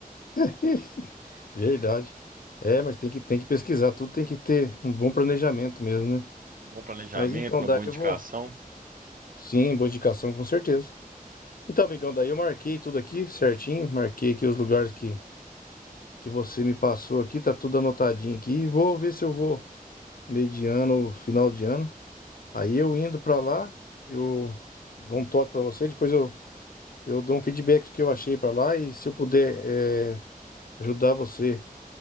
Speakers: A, on the left (about 75°); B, on the right (about 65°).
A: <laughs> Verdade. É, mas tem que, tem que pesquisar, tudo tem que ter um bom planejamento mesmo, né?
B: Um bom planejamento,
A: Mas então,
B: uma
A: daí
B: boa
A: eu
B: indicação.
A: vou. Sim, boa indicação, com certeza. Então, amigão, daí eu marquei tudo aqui certinho, marquei aqui os lugares que, que você me passou aqui, tá tudo anotadinho aqui. Vou ver se eu vou meio de ano, final de ano. Aí eu indo pra lá, eu dou um toque pra você, depois eu, eu dou um feedback do que eu achei pra lá e se eu puder eh, ajudar você